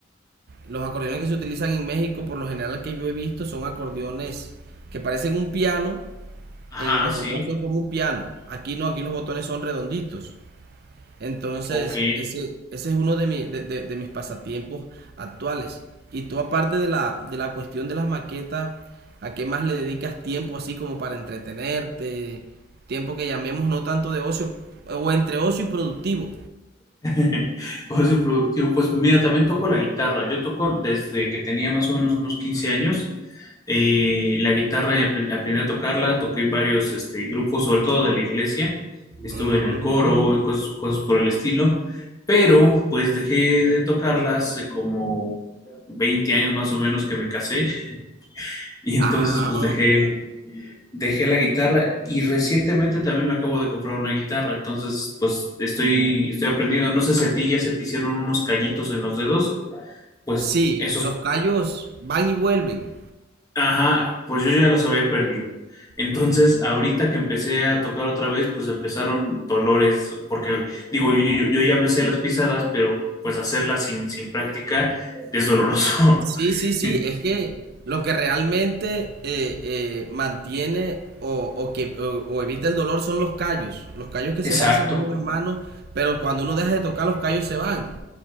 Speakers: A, on the right (about 55°); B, on the left (about 20°).
A: Los acordeones que se utilizan en México, por lo general que yo he visto, son acordeones que parecen un piano,
B: Ajá,
A: en los
B: sí.
A: botones son como un piano. Aquí no, aquí los botones son redonditos. Entonces,
B: Ok.
A: ese, ese es uno de, mi- de- de- de mis pasatiempos actuales. Y tú, aparte de la, de la cuestión de las maquetas, ¿a qué más le dedicas tiempo así como para entretenerte? Tiempo que llamemos no tanto de ocio, o entre ocio y productivo.
B: <laughs> Por su productivo, pues mira, también toco la guitarra. Yo toco desde que tenía más o menos unos 15 años. eh, la guitarra y apre- aprendí a tocarla, toqué en varios este, grupos, sobre todo de la iglesia. Estuve
A: Mm.
B: en el coro, y cosas, cosas por el estilo. Pero pues dejé de tocarla hace como 20 años más o menos que me casé. <laughs> Y entonces
A: Ah.
B: pues dejé, dejé la guitarra y recientemente también me acabo de comprar una guitarra, entonces pues estoy, estoy aprendiendo, no sé si a ti ya se te hicieron unos callitos en los dedos, pues
A: Sí,
B: esos,
A: los callos van y vuelven.
B: ajá, pues yo ya los había perdido. Entonces,
A: Mm.
B: ahorita que empecé a tocar otra vez, pues empezaron dolores, porque digo, yo, yo, yo ya me sé las pisadas, pero pues hacerlas sin, sin práctica es doloroso.
A: Sí,
B: <laughs>
A: sí, sí,
B: En-
A: es que lo que realmente eh, eh, mantiene o, o que, o, o evita el dolor son los callos, los callos que
B: Exacto.
A: se le hacen a uno en las manos, pero cuando uno deja de tocar los callos se van